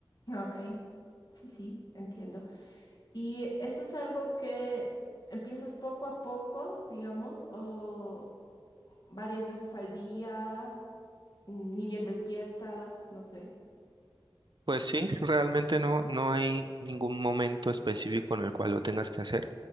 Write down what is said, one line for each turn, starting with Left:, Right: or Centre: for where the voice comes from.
Left: Ok, sí, sí, entiendo. Y esto es algo que empiezas poco a poco, digamos, o varias veces al día, mm, ni bien despiertas, no sé.
Right: Pues sí, realmente no, no hay ningún momento específico en el cual lo tengas que hacer,